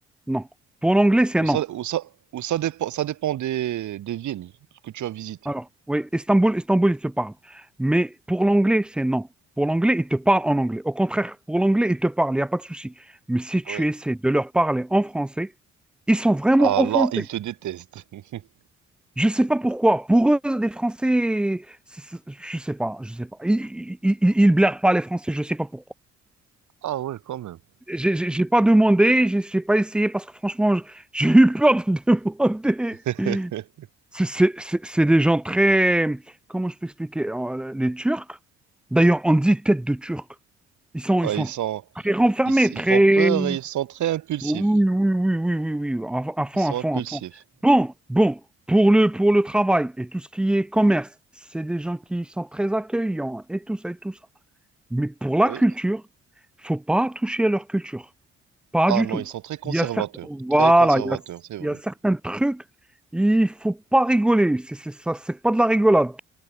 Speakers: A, in the centre; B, on the right.
A: Non. Pour l'anglais, c'est
B: Ou
A: non.
B: ça ou ça ou ça dépend ça dépend des des villes que tu as visitées.
A: Alors, oui, Istanbul, Istanbul, il te parle. Mais pour l'anglais, c'est non. Pour l'anglais, il te parle en anglais. Au contraire, pour l'anglais, il te parle, il n'y a pas de souci. Mais si tu
B: Ouais.
A: essaies de leur parler en français, ils sont vraiment
B: Ah
A: offensés.
B: là, ils te détestent. <laughs>
A: Je ne sais pas pourquoi. Pour eux, les Français, c'est- c'est- je ne sais pas, je sais pas. Ils, ils, ils- ils blairent pas les Français, je ne sais pas pourquoi.
B: Ah ouais, quand même.
A: J'ai j'ai- j'ai pas demandé, j'ai j'ai pas essayé parce que franchement, j'- j'ai eu peur de <laughs> demander.
B: <laughs>
A: C'est c'est- c'est- c'est des gens très... Comment je peux expliquer? Euh, Les Turcs, d'ailleurs, on dit tête de Turc. Ils sont,
B: Ah,
A: ils sont
B: ils sont,
A: très renfermés,
B: ils, ils
A: très...
B: font peur et ils sont très impulsifs.
A: Oui, oui, oui, oui, oui, oui, oui, à, à fond,
B: Ils sont
A: à fond,
B: impulsifs.
A: à fond. Bon, bon, pour le, pour le travail et tout ce qui est commerce, c'est des gens qui sont très accueillants et tout ça et tout ça. Mais pour la
B: Oui.
A: culture, faut pas toucher à leur culture. Pas
B: Ah
A: du
B: non,
A: tout.
B: ils sont très conservateurs.
A: Il y a certains, voilà,
B: Très conservateurs,
A: il y a,
B: c'est vrai.
A: il y a certains trucs, il faut pas rigoler. C'est c'est ça, c'est pas de la rigolade.